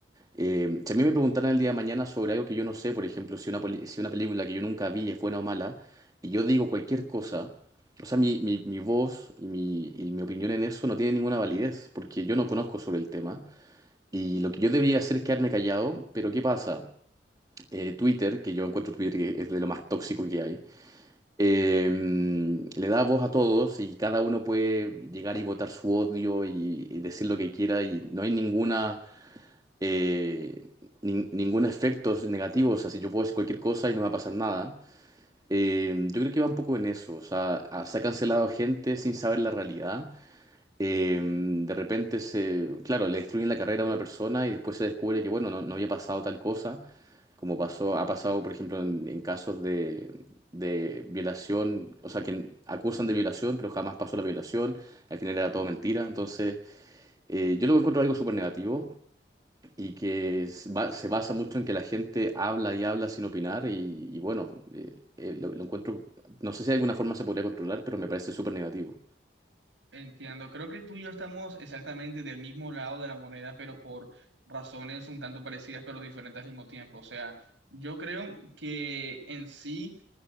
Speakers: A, on the right; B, on the right.
A: Eh, si a mí me preguntaran el día de mañana sobre algo que yo no sé, por ejemplo, si una, poli- si una película que yo nunca vi es buena o mala, y yo digo cualquier cosa, o sea, mi, mi, mi voz y mi, y mi opinión en eso no tiene ninguna validez, porque yo no conozco sobre el tema. Y lo que yo debería hacer es quedarme callado, pero ¿qué pasa? Eh, Twitter, que yo encuentro Twitter que es de lo más tóxico que hay, eh, le da voz a todos y cada uno puede llegar y votar su odio y, y decir lo que quiera y no hay ninguna, eh, nin- ningún efecto negativo, o sea, si yo puedo decir cualquier cosa y no va a pasar nada. Eh, yo creo que va un poco en eso, o sea, a- se ha cancelado gente sin saber la realidad. Eh, de repente se, claro, le destruyen la carrera a una persona y después se descubre que, bueno, no, no había pasado tal cosa, como pasó, ha pasado, por ejemplo, en, en casos de, de violación, o sea, que acusan de violación, pero jamás pasó la violación, al final era todo mentira. Entonces, eh, yo lo encuentro algo súper negativo y que es- va- se basa mucho en que la gente habla y habla sin opinar y, y bueno, eh, eh, lo, lo encuentro, no sé si de alguna forma se podría controlar, pero me parece súper negativo.
B: Entiendo, creo que tú y yo estamos exactamente del mismo lado de la moneda, pero por razones un tanto parecidas, pero diferentes al mismo tiempo. O sea, yo creo que en sí...